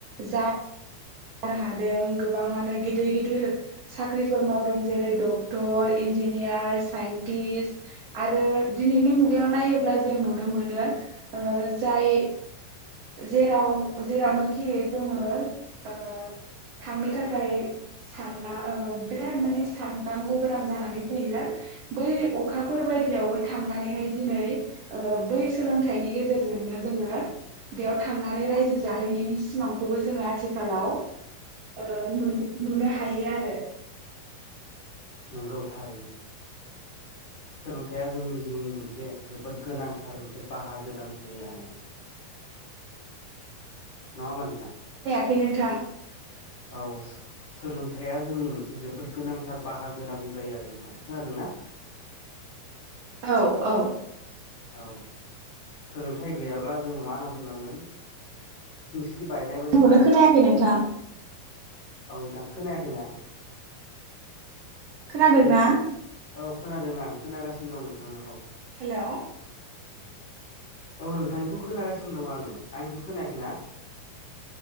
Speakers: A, on the right (about 40°); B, on the left (about 50°).
A: जा नो हादों गोबाङानो गिदिर गिदिर साख्रिफोर मावदों जेरै डक्टर, इन्जिनियार, साइन्टिस्ट आरो दिनैनि मुगायाव नायोब्ला जों नुनो मोनो ओ जाय जेराव जेरावनोखि जोङो ओ थांनो थाखाय सानना औ बिराद माने साननांगौ गोनां जानानै फैयो। बै अखाफोर बायदियावबो थांनानैहाय दिनै ओ बै सोलोंथाइनि गेजेरजोंनो जोङो बेयाव थांनानै रायजो जाहैनायनि सिमांखौबो जोङो आथि खालाव ओ नुन-नुनो हायो आरो
B: नंगौ थारैनो सोलोंथाइया जोंनि जिउनि मोनसे जोबोद गोनांथार मोनसे बाहागो होनना बुंजायो आरो। नङा होमबा नोंथां?
A: खै नोंथां।
B: औ सोलोंथाइया जोंनि मोनसे जोबोद गोनांथार बाहागो होनना बुंजायो आरो नोंथां खोनादोंना?
A: औ औ
B: औ सोलोंथाइ गैयाब्ला जोङो मा होनना बुंनांगोन <unintelligible> <unintelligible> बायनाय बादि
A: आंखौनो
B: जायो
A: खोनायाखै
B: आरो। औ
A: नोंथां
B: नोंथां खोनायाखैना?
A: खोनादोंना?
B: जों औ खोनादों आं खोनागासिनो दं नोंथांनाखौ।
A: हेलौ
B: औ नोंथांनिखौ खोनागासिनो दङ आङो आंनिखौ खोनायाखैना